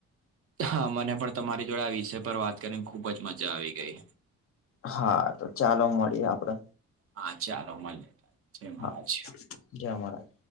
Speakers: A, on the right; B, on the left.
A: હા મને પણ તમારી જોડે આ વિષય પર વાત કરીને ખુબ જ મજા આવી ગઈ.
B: હા તો ચાલો મળીએ આપણે.
A: હા ચાલો મળીએ. જય મહારાજ
B: હા જય મહારાજ.